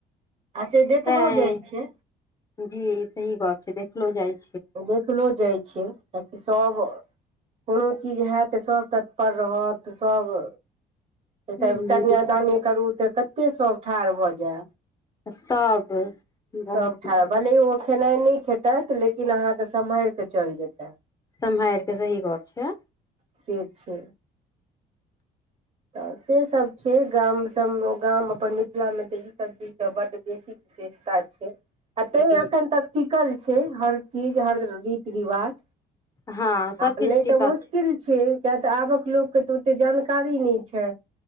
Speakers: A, on the right; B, on the left.
A: आ से देखलो
B: ताइ
A: जाइ छै
B: जी सही गप छै देखलो जाइ छै
A: देखलो जाइ छै किएकि सभ कोनो चीज हएत तऽ सभ तत्पर रहत सभ त
B: जी
A: तब कनियादानी करू तऽ कतेक सभ ठाढ़ भऽ जाय
B: सब बहुत
A: सब ठार भलै खेनाइ नहि खेतै लेकिन अहाँके सम्हाइर कऽ चलि जेता
B: सम्हाइर कऽ सही गप छै
A: से छै तऽ सेसभ छै गामसभ ओ गाम अपन मिथिलामे तऽ ईसभ चीजके बड्ड बेसी विशेषता छै आ तैँ
B: जी
A: एखन तक टिकल छै हर चीज हर रीति रिवाज
B: हँ सबकिछु
A: ह नहि
B: टिकल
A: तऽ मुश्किल छै कियैकी तऽ आबक लोक के तऽ ओते जानकारी नहि छै